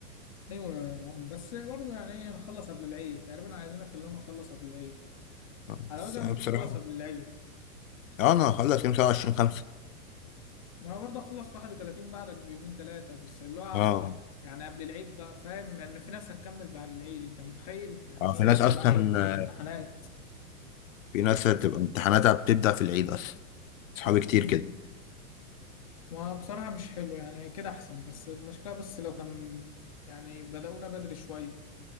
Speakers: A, on the left; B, on the left.
A: ايوه يا عم بس برضه يعني ايه نخلص قبل العيد تقريبا عايزين يخلونا نخلص قبل العيد
B: آه،
A: حلاوتها
B: بس يعني
A: ان انت
B: بصراحة
A: تخلص قبل العيد
B: اه انا هخلص يوم سبعة وعشرين خمسة
A: انا برضه اخلص 31 بعدك بيومين ثلاثه بس اللي هو
B: اه
A: يعني قبل العيد بقى فاهم يعني في ناس هتكمل بعد العيد انت متخيل يعني
B: اه
A: ايه
B: في ناس اصلا
A: بعد العيد عنده امتحانات
B: آه، في ناس بتبقى امتحاناتها بتبدأ في العيد اصلا اصحابي كتير
A: مم.
B: كده
A: وبصراحه مش حلو يعني كده احسن بس المشكله بس لو كان يعني بدأونا بدري شويه